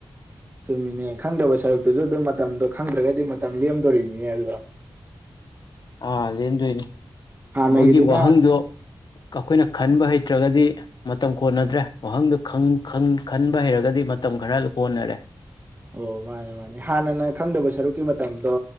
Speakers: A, on the right; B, on the left.
A: ꯆꯨꯝꯃꯤꯅꯦ ꯈꯪꯗꯕ ꯁꯔꯨꯛꯇꯨꯖꯨ ꯑꯗꯨꯝ ꯃꯇꯝꯗꯣ ꯈꯪꯗ꯭ꯔꯒꯗꯤ ꯃꯇꯝ ꯂꯦꯝꯗꯣꯔꯤꯅꯤꯅꯦ ꯑꯗꯨꯗ
B: ꯑꯥ ꯂꯦꯝꯗꯣꯏꯅꯤ
A: ꯍꯥꯟꯅꯒꯤꯗꯨꯅ
B: ꯃꯣꯏꯒꯤ ꯋꯥꯍꯪꯗꯣ ꯀ ꯑꯈꯣꯏꯅ ꯈꯟꯕ ꯍꯩ ꯅꯠꯇ꯭ꯔꯒꯗꯤ ꯃꯇꯝ ꯀꯣꯟꯅꯗ꯭ꯔꯦ ꯋꯥꯍꯪꯗꯣ ꯈꯪ ꯈꯪ ꯈꯟꯕ ꯍꯩꯔꯒꯗꯤ ꯃꯇꯝ ꯈꯔ ꯀꯣꯟꯅꯔꯦ꯫
A: ꯑꯣ ꯃꯥꯅꯦ ꯃꯥꯅꯦ ꯍꯥꯟꯅꯅ ꯈꯪꯗꯕ ꯁꯔꯨꯛꯀꯤ ꯃꯇꯝꯗꯣ